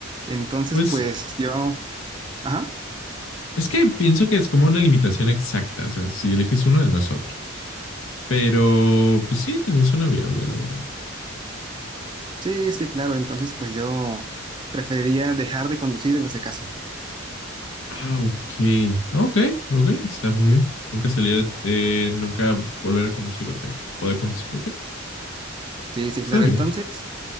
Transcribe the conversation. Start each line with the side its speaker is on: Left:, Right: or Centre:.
Right: Entonces,
Left: Pues
Right: pues yo Ajá,
Left: es que pienso que es como una limitación exacta. O sea, si eliges uno, no es otro. Pero, pues sí, también suena viable, la verdad.
Right: sí, sí, claro. Entonces, pues yo preferiría dejar de conducir en ese caso.
Left: Ah, ok. Ok, ok. Está muy bien. Nunca salir, de- eh, nunca volver a conducir, ok. Poder conducir, ok.
Right: Sí, sí,
Left: Está
Right: claro.
Left: bien.
Right: Entonces,